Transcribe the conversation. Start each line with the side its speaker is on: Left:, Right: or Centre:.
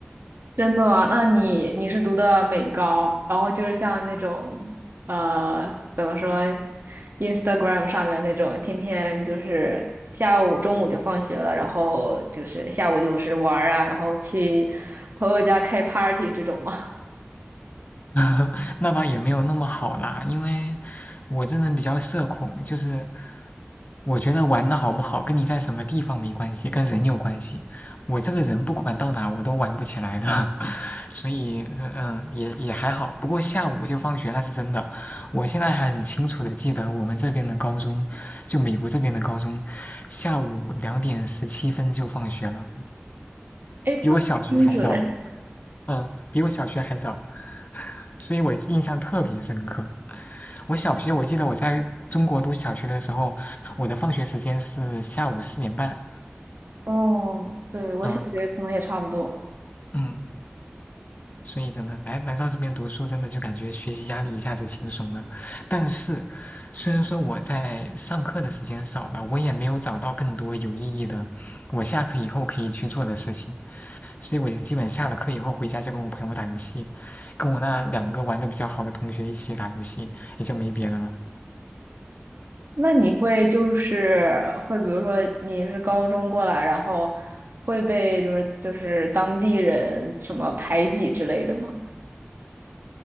Right: 真的吗？那你你是读的美高，然后就是像那种呃，怎么说，Instagram 上面那种，天天就是下午中午就放学了，然后就是下午就是玩儿啊，然后去朋友家开 party 这种吗？
Left: <laughs> 那倒也没有那么好啦，因为我这人比较社恐，就是我觉得玩的好不好跟你在什么地方没关系，跟人有关系。我这个人不管到哪我都玩不起来的，<laughs> 所以嗯、呃也也还好。不过下午就放学那是真的，我现在还很清楚的记得我们这边的高中，就美国这边的高中，下午两点十七分就放学了，
Right: 哎，
Left: 比我小学还早，
Right: 这么精准。
Left: 嗯，比我小学还早，<laughs> 所以我印象特别深刻。我小学我记得我在中国读小学的时候，我的放学时间是下午四点半。
Right: 哦，对，我小学可能也差不多。
Left: 嗯嗯，所以真的来来到这边读书，真的就感觉学习压力一下子轻松了。但是，虽然说我在上课的时间少了，我也没有找到更多有意义的我下课以后可以去做的事情，所以我基本下了课以后回家就跟我朋友打游戏，跟我那两个玩的比较好的同学一起打游戏，也就没别的了。
Right: 那你会就是会，比如说你是高中过来，然后会被就是就是当地人什么排挤之类的吗？